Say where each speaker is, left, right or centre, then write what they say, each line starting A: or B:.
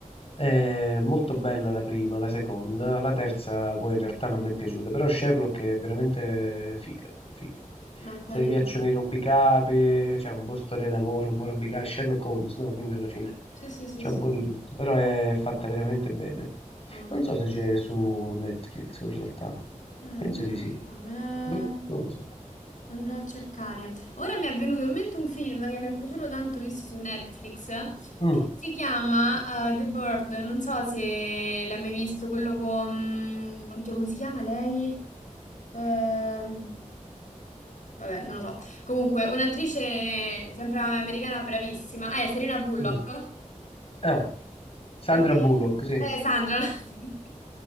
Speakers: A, on the left (about 50°); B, on the left (about 70°).
A: È molto bella la prima, la seconda, la terza poi in realtà non mi è piaciuta, però Sherlock è veramente figa, figa.
B: ma è carino.
A: Se ti piacciono i rompicapi, c'è un po' storia d'amore, un po' rompicapi, Sherlock Holmes, no? Quindi alla fine
B: Sì, sì, sì,
A: c'è
B: sì.
A: un po' di tutto, però è fatta veramente bene.
B: Ah.
A: Non so se c'è su Netflix in realtà,
B: Eh, non
A: penso di sì.
B: lo so, me la
A: Boh, non lo so.
B: andrò a cercare. Ora mi è venuto in mente un film che mi è piaciuto tanto, visto su Netflix,
A: Mm,
B: che si chiama eh, The Bird. Non so se l'hai mai visto, quello con... Oddio, come si chiama lei? Ehm, Vabbè, non lo so. Comunque, un'attrice sempre americana bravissima. Ah, è Serena Bullock.
A: mm. Ah, Sandra
B: Eh,
A: Bullock, sì.
B: Eh, Sandra. <laughs>